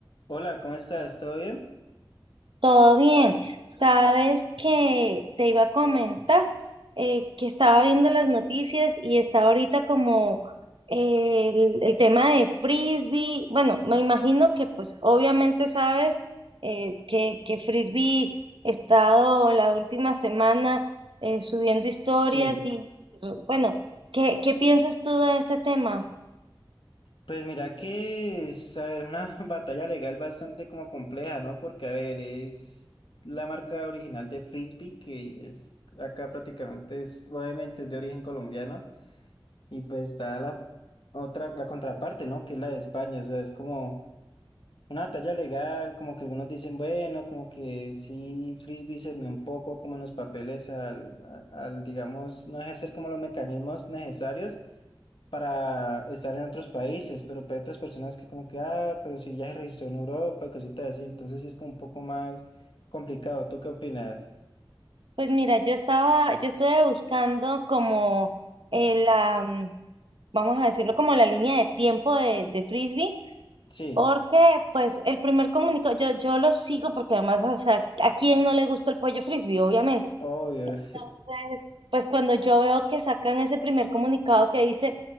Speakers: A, on the left; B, on the right.
A: Hola, ¿cómo estás? ¿Todo bien?
B: Todo bien. Sabes que te iba a comentar eh, que estaba viendo las noticias y está ahorita como eh, el, el tema de frisbee. Bueno, me imagino que pues obviamente sabes eh, que, que frisbee ha estado la última semana eh, subiendo historias
A: Sí,
B: y bueno, ¿qué, qué piensas tú de ese tema?
A: pues mira que es, a ver, una <laughs> batalla legal bastante como compleja, ¿no? Porque, a ver, es la marca original de Frisbee, que es acá prácticamente, es, obviamente es de origen colombiano, y pues está la otra, la contraparte, ¿no? Que es la de España, o sea, es como una batalla legal, como que algunos dicen, bueno, como que sí, Frisbee se durmió un poco como en los papeles al, a- al digamos, no ejercer como los mecanismos necesarios. para estar en otros países, pero para otras personas que como que, ah, pero si ya se registró en Europa y cositas así, entonces sí es como un poco más complicado. ¿Tú qué opinas?
B: Pues mira, yo estaba, yo estuve buscando como eh, la vamos a decirlo como la línea de tiempo de, de Frisbee,
A: Sí,
B: porque pues el primer comunicado, yo, yo lo sigo porque además, o sea, ¿a quién no le gusta el pollo Frisbee? Obviamente.
A: obvio,
B: Entonces, pues cuando yo veo que sacan ese primer comunicado que dice